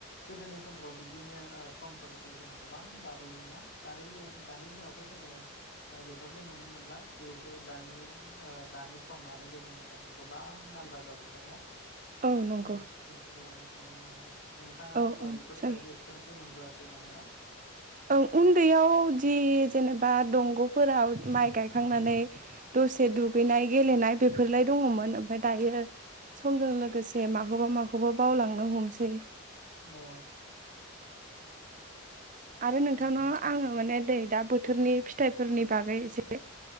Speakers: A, on the left; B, on the right.
A: गोदोनि समफ्राव बिदिनो ओ समफोरखौ जों गोबां बारहोयो मोनना दानि दानि दिनावथ' जोङो ओ बेफोरखौ नुनो मोनला जिहेथु दानि ओ दानि सम आरो गोदो नि सम गोबां आलदा जाजोब्बाय ना
B: औ नंगौ
A: बेफोरखौ लाना सोंनायमोन आरो नोंथाङा
B: औ
A: अब्ला
B: औ
A: बेफोरबायदि
B: जायो
A: एक्सपिरियेन्सखौ मोनबोआसै <unintelligible> माने ना
B: ओं उन्दैयाव जि जेनेबा दंग'फोराव माइ गायखांनानै दसे दु दुगैनाय गेलेनाय बेफोरलाय दङमोन ओमफ्राय दायो समजों लोगोसे माखौबा माखौबा बावलांनो हमसै
A: औ
B: आरो नोंथांनाव
A: बिदि आरो
B: आङो माने दै दा बोथोरनि फिथाइफोरनि बागै एसे